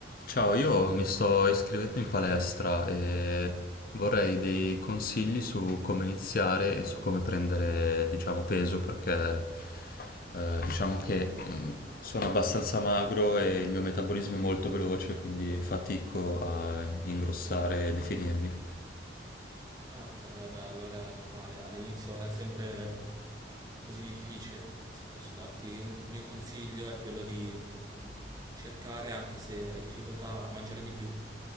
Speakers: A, on the left; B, on the right.
A: Ciao, io mi sto iscrivendo in palestra e vorrei dei consigli su come iniziare e su come prendere, diciamo, peso perché eh, diciamo che mh, sono abbastanza magro e il mio metabolismo è molto veloce, quindi fatico a ingrossare e definirmi.
B: Ah, ok, vabbè, allora è normale. All'inizio è sempre così difficile. Se posso darti un mio consiglio è quello di cercare, anche se hai difficoltà, a mangiare di più.